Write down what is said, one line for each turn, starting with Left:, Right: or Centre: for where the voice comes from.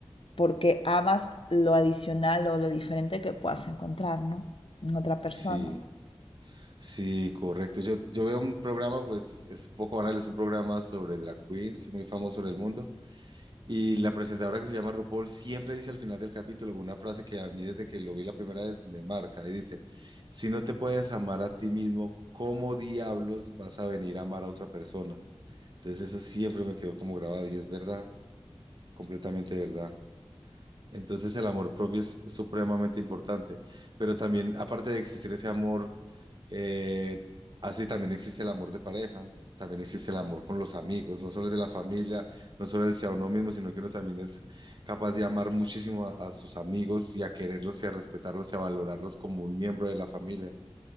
Left: porque amas lo adicional o lo diferente que puedas encontrar, ¿no? En otra
Right: sí,
Left: persona.
Right: sí, correcto. Yo, yo veo un programa, pues es un poco banal, es un programa sobre drag queens, muy famoso en el mundo. Y la presentadora que se llama RuPaul siempre dice al final del capítulo una frase que a mí desde que lo vi la primera vez me marca y dice, si no te puedes amar a ti mismo, ¿cómo diablos vas a venir a amar a otra persona? Entonces eso siempre me quedó como grabado y es verdad, completamente verdad. Entonces el amor propio es supremamente importante, pero también aparte de existir ese amor, eh, así también existe el amor de pareja, también existe el amor con los amigos, no solo el de la familia, no solo el sea uno mismo, sino que uno también es capaz de amar muchísimo a, a sus amigos y a quererlos y a respetarlos y a valorarlos como un miembro de la familia.